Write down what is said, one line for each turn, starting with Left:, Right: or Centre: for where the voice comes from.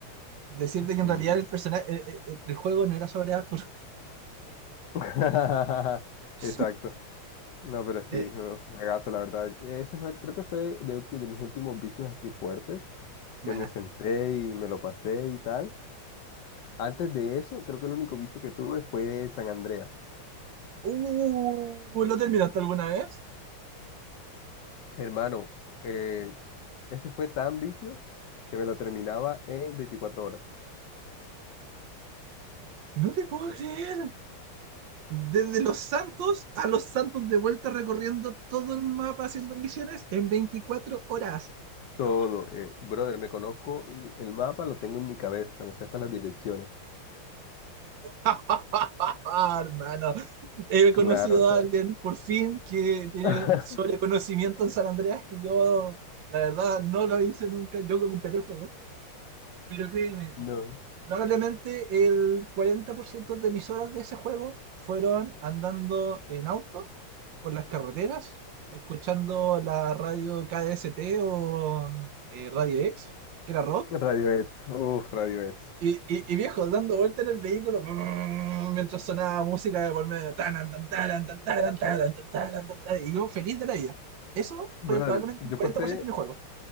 Right: Decirte que en
Left: Sí.
Right: realidad el personaje, el, el- el juego no era sobre Arthur.
Left: <laughs>
Right: <laughs>
Left: Exacto. No, pero sí,
Right: Eh,
Left: ju- juegazo, la verdad. Ese juego creo que fue de, ulti- de mis últimos vicios así fuertes,
Right: buena.
Left: que me senté y me lo pasé y tal. Antes de eso, creo que el único vicio que tuve fue San Andreas.
Right: Uh, ¿lo terminaste alguna vez?
Left: Hermano, eh, ese fue tan vicio que me lo terminaba en 24 horas.
Right: No te puedo creer. Desde Los Santos a Los Santos de vuelta recorriendo todo el mapa haciendo misiones en veinticuatro horas.
Left: Todo,
Right: No.
Left: eh, brother, me conozco l- el mapa, lo tengo en mi cabeza, me sé hasta las direcciones.
Right: <laughs> Hermano, he
Left: Claro,
Right: conocido
Left: o sea.
Right: a alguien por fin que tiene
Left: <laughs>
Right: sobreconocimiento en San Andreas que yo, la verdad, no lo hice nunca. Yo completé el juego, pero créeme,
Left: No.
Right: probablemente el 40% de mis horas de ese juego fueron andando en auto por las carreteras, escuchando la radio KDST o eh, Radio X, que era rock
Left: Radiohead, uff, Radiohead.
Right: y, y, y viejo, dando vuelta en el vehículo brrr, mientras sonaba música de por medio. taran, tan, taran, tan, taran, taran, tan, taran, tan, taran, y yo feliz de la vida. Eso fue
Left: Brother,
Right: probablemente
Left: yo
Right: el 40%
Left: pasé,
Right: de mi juego.